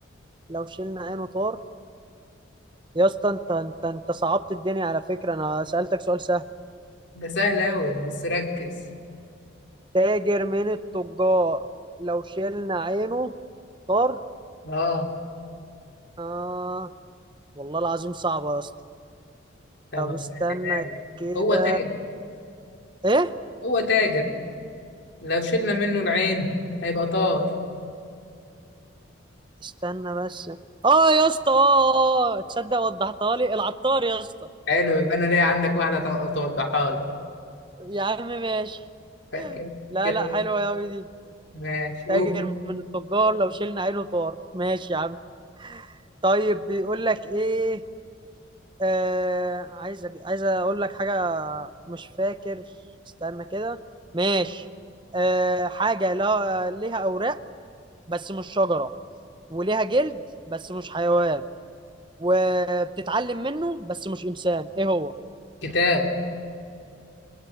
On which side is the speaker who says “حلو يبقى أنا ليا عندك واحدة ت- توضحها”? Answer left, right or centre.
Left